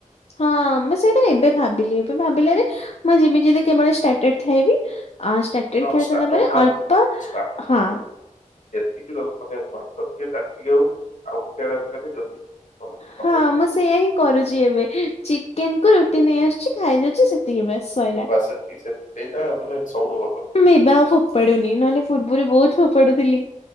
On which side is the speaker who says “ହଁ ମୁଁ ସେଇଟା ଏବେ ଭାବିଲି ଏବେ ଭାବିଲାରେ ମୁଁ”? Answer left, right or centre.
Left